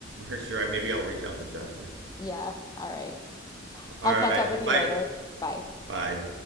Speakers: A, on the right (about 70°); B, on the left (about 20°).
A: for sure. Maybe I'll reach out to Jasper.
B: Yeah. All right.
A: All
B: I'll
A: right,
B: catch up with
A: bye,
B: you later. Bye.
A: bye.